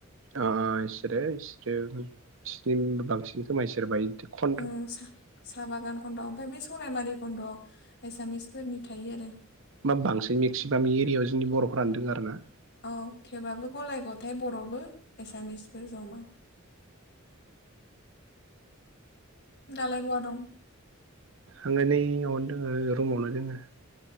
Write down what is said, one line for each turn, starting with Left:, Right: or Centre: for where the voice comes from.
Right: अ' इसोरो इसोरो ओं सिन बांसिन खोमा इसोर बाय खन
Left: उम सा-सा बागान खन्द'आव ओमफ्राय बे सरायमारि खन्द'आव एसामिसफोरनि थायो आरो‌।
Right: मा बांसिन मेक्सिमाम एरियायाव जोंनि बर'फोरानो दोङो आरो ना।
Left: औ थेबाबो गलाय गथाय बर'बो एसामिसबो ज'मा। दालाय बवा दं?
Right: आङो नैयावनो दोङो रुमावनो दोङो।